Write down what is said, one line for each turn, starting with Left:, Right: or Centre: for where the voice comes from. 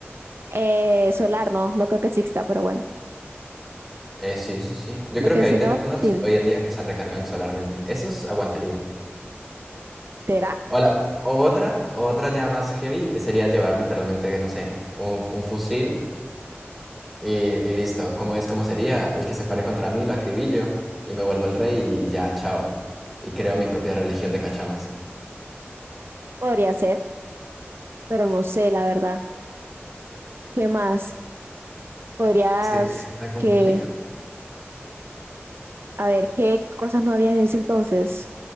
Right: eh, solar, no, no creo que exista, pero bueno.
Centre: eh, sí, sí, sí. Yo
Right: Porque
Centre: creo que hay
Right: si
Centre: teléfonos
Right: no, tin,
Centre: hoy en día que se recargan solarmente. Esos aguantaría.
Right: ¿será?
Centre: O la- o otra, o otra ya más heavy eh, sería llevar literalmente, no sé, un, un fusil y, y listo. Como es como sería? El que se pare contra mí, lo acribillo y me vuelvo el rey y, y ya, chao. Y creo mi propia religión de cachamas.
Right: Podría ser, pero no sé, la verdad. ¿Qué más? Podrías
Centre: Es que, es que está complejo.
Right: que... A ver, ¿qué cosas no había en ese entonces?